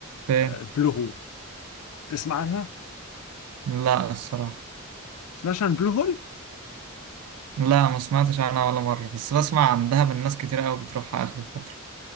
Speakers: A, on the right (about 85°); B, on the left (about 80°).
A: فين
B: البلو هول تسمع عنها ما
A: لا الصراحة
B: تسمعش عن البلو هول
A: لا ما سمعتش عنها ولا مرة بس بسمع عن دهب الناس كتير قوي بتروحها اخر فترة